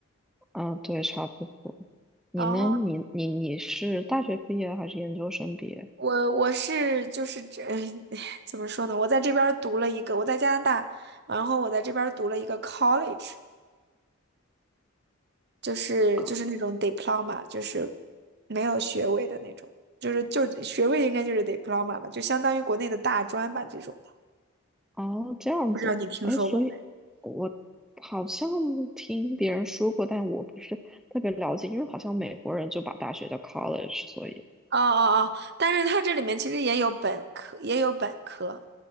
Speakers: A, in the centre; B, on the right.
A: 啊，对，差不多。你呢？
B: 哦。
A: 你你你是大学毕业还是研究生毕业？
B: 我我是就是这 <laughs> 怎么说呢？我在这边儿读了一个，我在加拿大，然后我在这边儿读了一个 college，就是就是那种
A: 考
B: diploma，就是没有学位的那种，就是就是学位应该就是 diploma 吧，就相当于国内的大专吧这种的。
A: 哦，这样子。
B: 不知道你听说过没？
A: 哎，所以我好像听别人说过，但我不是特别了解，因为好像美国人就把大学叫 college，所以
B: 哦哦哦，但是它这里面其实也有本科，也有本科，